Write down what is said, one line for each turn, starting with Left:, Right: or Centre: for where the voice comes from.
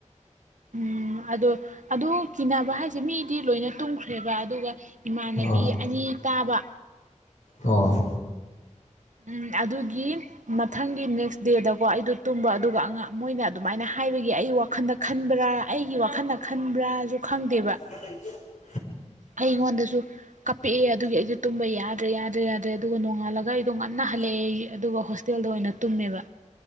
Right: ꯎꯝ ꯑꯗꯣ ꯑꯗꯨ ꯀꯤꯅꯕ ꯍꯥꯏꯁꯦ ꯃꯤꯗꯤ ꯂꯣꯏꯅ ꯇꯨꯝꯈ꯭ꯔꯦꯕ ꯑꯗꯨꯒ ꯏꯃꯥꯟꯅꯕꯤ
Left: ꯑꯣ
Right: ꯑꯅꯤ ꯇꯥꯕ
Left: ꯑꯣ
Right: ꯎꯝ ꯑꯗꯨꯒꯤ ꯃꯊꯪꯒꯤ ꯅꯦꯛꯁ ꯗꯦꯗꯀꯣ ꯑꯩꯗꯣ ꯇꯨꯝꯕ ꯑꯗꯨꯒ ꯑ ꯃꯣꯏꯅ ꯑꯗꯨꯃꯥꯏꯅ ꯍꯥꯏꯕꯒꯤ ꯑꯩ ꯋꯥꯈꯟꯗ ꯈꯟꯕ꯭ꯔꯥ ꯑꯩꯒꯤ ꯋꯥꯈꯜꯅ ꯈꯟꯕ꯭ꯔꯥꯁꯨ ꯈꯪꯗꯦꯕ
Left: <inaudible>
Right: ꯑꯩꯉꯣꯟꯗꯁꯨ ꯀꯞꯄꯤꯛꯑꯦ ꯑꯗꯨꯒꯤ ꯑꯩꯗꯤ ꯇꯨꯝꯕ ꯌꯥꯗ꯭ꯔꯦ ꯌꯥꯗ꯭ꯔꯦ ꯌꯥꯗ꯭ꯔꯦ ꯑꯗꯨꯒ ꯅꯣꯡꯉꯥꯜꯂꯒ ꯑꯩ ꯉꯟꯅ ꯍꯜꯂꯛꯑꯦ ꯑꯗꯨꯒ ꯍꯣꯁꯇꯦꯜꯗ ꯑꯣꯏꯅ ꯇꯨꯝꯃꯦꯕ